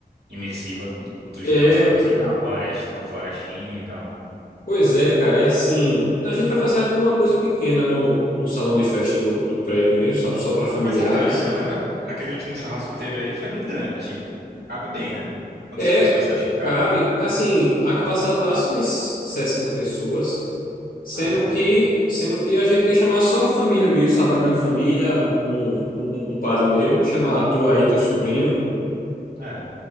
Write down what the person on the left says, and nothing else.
É,
pois é, cara, é assim. A gente vai fazer aqui uma coisa pequena no, no salão de festa do, do prédio mesmo, sabe? Só para familiares.
É,
c-
cabe. Assim, a capacidade lá são es- 60 pessoas. Sendo
que,
sendo que a gente quer chamar só a família mesmo, sabe? A grande família, um, um, um compadre meu, chamar tu aí, teu sobrinho.